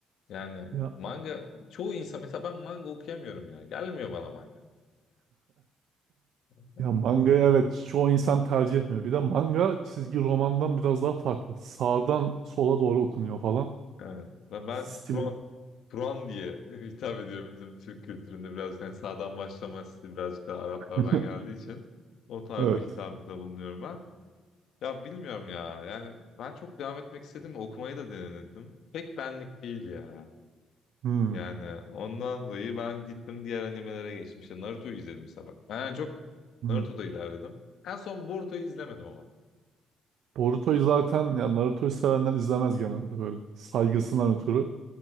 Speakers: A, on the left; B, on the right.
A: Yani
B: Ya,
A: manga çoğu insan mesela ben manga okuyamıyorum ya. Gelmiyor bana manga. Ben
B: ya
A: kitap.
B: manga evet çoğu insan tercih etmiyor. Bir de manga çizgi romandan biraz daha farklı. Sağdan sola doğru okunuyor falan.
A: Evet. Ve ben
B: Stili.
A: Kur'an Kur'an diye <laughs> hitap ediyorum bizim Türk kültüründe biraz hani sağdan başlama stili birazcık daha Araplardan
B: <laughs>
A: geldiği için o tarz
B: Evet.
A: bir hitapta bulunuyorum ben. Ya bilmiyorum ya. Yani ben çok devam etmek istedim. Okumayı da denedim. Pek benlik değil ya.
B: Hmm.
A: Yani ondan dolayı ben gittim diğer animelere geçtim. İşte Naruto'yu izledim mesela bak. Ben çok
B: Hmm.
A: Naruto'da ilerledim. En son Boruto'yu izlemedim ama.
B: Boruto'yu zaten ya Naruto'yu sevenler izlemez genelde böyle. Saygısından ötürü.